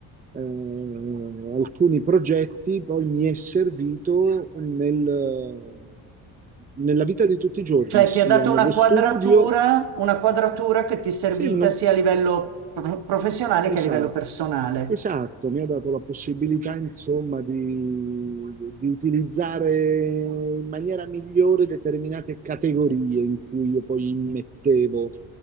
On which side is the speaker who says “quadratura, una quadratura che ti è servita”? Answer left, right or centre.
Right